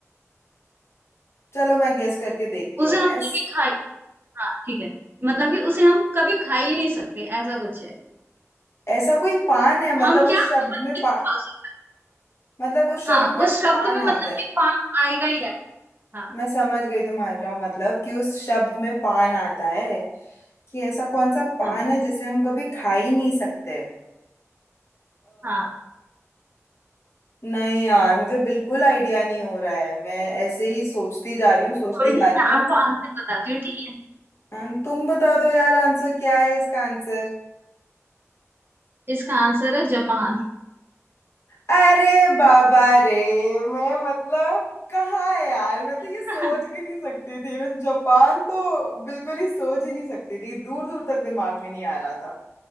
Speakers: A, on the left; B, on the right.
A: चलो मैं गेस करके देखती हूँ
B: उसे हम
A: ऐस
B: कभी खाए हाँ ठीक है मतलब कि उसे हम कभी खा ही नहीं सकते ऐसा कुछ है
A: ऐसा कोई पान है मतलब
B: हम
A: उस
B: क्या
A: शब्द
B: फल भी
A: में पान
B: नहीं खा सकते
A: मतलब उस शब्द
B: हाँ
A: में
B: उस शब्द
A: पान
B: में मतलब
A: आता है
B: कि पाम आएगा ही आएगा हाँ
A: मैं समझ गई तुम्हारा मतलब कि उस शब्द में पान आता है कि ऐसा कौन सा पान
B: हाँ
A: है जिसे हम कभी खा ही नहीं सकते
B: हाँ
A: नहीं यार मुझे बिल्कुल आइडिया नहीं हो रहा है मैं ऐसे ही सोचती जा रही हूँ सोचती
B: कोई नहीं
A: जा रही
B: मैं
A: हूँ
B: आपको आंसर बताती हूँ ठीक है
A: अं, तुम बता दो यार आंसर क्या है इसका आंसर
B: इसका आंसर है जापान
A: अरे बाबा रे मैं मतलब कहाँ है यार मैं
B: <laughs>
A: तो ये सोच भी नहीं सकती थी मैं जापान तो बिल्कुल ही सोच ही नहीं सकती थी दूर दूर तक दिमाग में नहीं आ रहा था